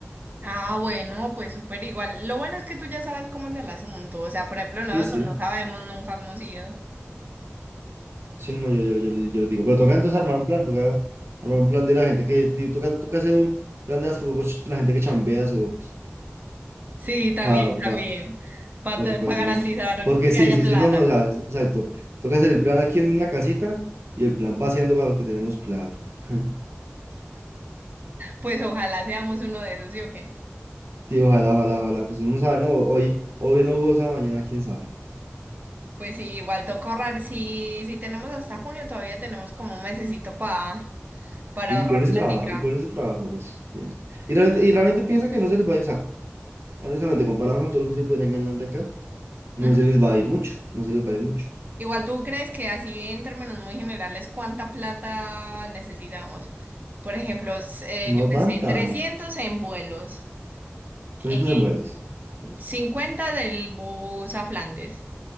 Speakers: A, on the right (about 40°); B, on the right (about 70°).
A: Ah, bueno, pues súper igual. Lo bueno es que tú ya sabes cómo es el asunto. O sea, por ejemplo, nosotros
B: Sí, sí,
A: no sabemos, nunca hemos ido.
B: sí, no, no, yo, yo, yo, yo lo digo. Pero toca entonces armar un plan, toca armar un plan de la gente que, y toca, toca hacer un plan de las, la gente que chambea, o,
A: Sí, también,
B: para
A: también. Para
B: Para que, para que tengamos.
A: garantizar
B: Porque
A: que
B: sí,
A: haya
B: sí,
A: plata.
B: sí, no, no, o sea, exacto. Toca hacer el plan aquí en la casita y el plan paseando para los que tenemos plata. <laughs>
A: Pues ojalá seamos uno de esos, ¿sí o qué?
B: Sí, ojalá, ojalá, ojalá. Pues uno no sabe, no, hoy, hoy no goza, mañana quién sabe.
A: Pues sí, igual toca ahorrar. Si, si tenemos hasta junio, todavía tenemos como un mesecito pa- para
B: Y
A: ahorrar
B: con ese
A: plática.
B: trabajo, y con ese trabajo, pues bien. Y realmente, y realmente piensa que no se les va a ir, o sea, honestamente, comparado con todo lo que se podrían ganar de acá, no
A: Ujú.
B: se les va a ir mucho, no se les va a ir mucho.
A: Igual tú crees que así en términos muy generales, ¿cuánta plata necesitamos? Por ejemplo, s- eh,
B: No
A: yo qué
B: tanta.
A: sé, 300 en vuelos,
B: 300
A: eh,
B: en vuelos,
A: 50 del bus a Flandes,